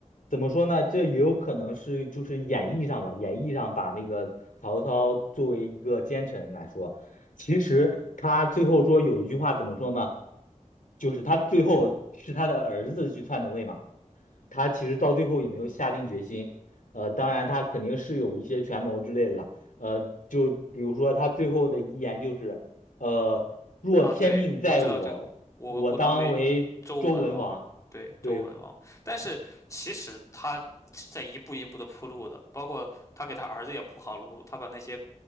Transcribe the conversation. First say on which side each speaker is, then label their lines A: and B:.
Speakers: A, on the left; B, on the left.
A: 怎么说呢？这也有可能是就是演绎上吧，演绎上把那个曹操作为一个奸臣来说，其实他最后说有一句话怎么说呢？就是他最后是他的儿子去篡的位嘛，他其实到最后也没有下定决心，呃，当然他肯定是有一些权谋之类的了，呃，就比如说他最后的遗言就是，呃，若天命在我，
B: 啊。对，我知道这个，我吾当为周文王，
A: 我当为周文王。
B: 对，
A: 对，
B: 周文王。但是其实他是在一步一步的铺路的，包括他给他儿子也铺好路，他把那些。